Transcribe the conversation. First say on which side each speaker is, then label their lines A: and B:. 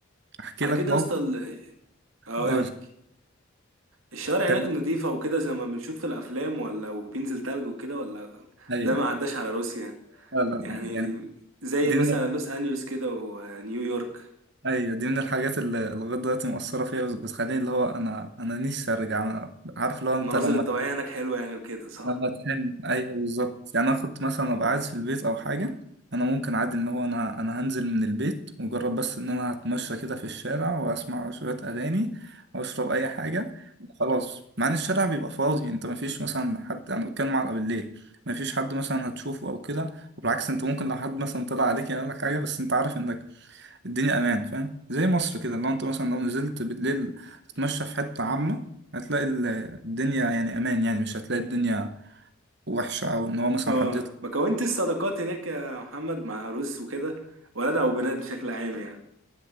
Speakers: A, on the right (about 55°); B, on the right (about 75°).
A: احكي
B: على
A: لك
B: كده
A: موقف
B: يا اسطى ال- اه
A: قول.
B: احكي. الشوارع
A: كان
B: هناك نضيفة وكده زي ما بنشوف في الافلام ولا وبينزل تلج وكده ولا
A: ايوه
B: ده ما عداش على روسيا
A: لا لا
B: يعني
A: يعني
B: زي
A: الدنيا
B: مثلا لوس انجلوس كده ونيويورك
A: ايوه دي من الحاجات اللي لغايه دلوقتي مؤثره فيا بس بتخليني اللي هو انا انا نفسي ارجع انا عارف اللي هو انت
B: المناظر
A: لما
B: الطبيعية هناك حلوة يعني وكده صح؟
A: لما تحن ايوه بالظبط يعني انا كنت مثلا ابقى قاعد في البيت او حاجه انا ممكن عادي ان هو انا انا هنزل من البيت مجرد بس ان انا هتمشى كده في الشارع واسمع شويه اغاني واشرب اي حاجه خلاص مع ان الشارع بيبقى فاضي انت مفيش مثلا حد انا بتكلم على بالليل مفيش حد مثلا هتشوفه او كده وبالعكس انت ممكن لو حد مثلا طلع عليك يعمل لك حاجه بس انت عارف انك الدنيا امان فاهم زي مصر كده لو انت مثلا لو نزلت بالليل تتمشى في حته عامه هتلاقي ال- الدنيا يعني امان يعني مش هتلاقي الدنيا وحشه او ان هو مثلا
B: اه
A: حد يطلع
B: ما كونتش صداقات هناك يا محمد مع روس وكده ولاد او بنات بشكل عام يعني